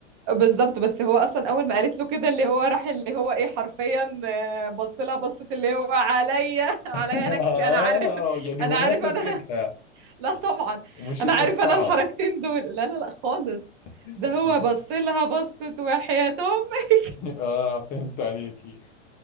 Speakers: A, on the right; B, on the left.
A: بالظبط بس هو اصلا اول ما قالت له كده اللي هو راح اللي هو ايه حرفيا آه، بص لها بصت اللي هو عليا <laughs> عليا
B: <laughs>
A: انا كل-
B: آه
A: انا عارف
B: يعني
A: انا
B: هو
A: عارف
B: ما صدقها
A: انا لا طبعا
B: مش
A: انا
B: إنه
A: عارف
B: اتعظ
A: انا الحركتين دول لا لا لا خالص
B: <laughs>
A: ده هو
B: آه
A: بص لها بصت وحياة امي
B: آه، فهمت عليكي